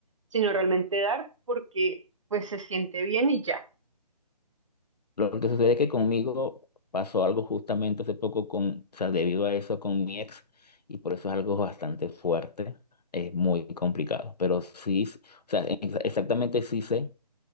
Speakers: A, on the right; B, on the left.
A: sino realmente dar porque pues se siente bien y ya.
B: Lo que sucede es que conmigo pasó algo justamente hace poco con, o sea, debido a eso con mi ex, y por eso es algo bastante fuerte. Es muy complicado, pero sí, o sea, ex- exactamente sí sé.